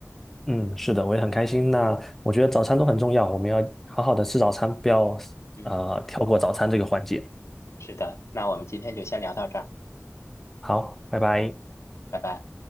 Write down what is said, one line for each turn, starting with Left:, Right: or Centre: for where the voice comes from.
Centre: 嗯，是的，我也很开心。那我觉得早餐都很重要，我们要好好的吃早餐，不要呃跳过早餐这个环节。
Left: 嗯，是的，那我们今天就先聊到这儿，
Centre: 好，拜拜。
Left: 拜拜。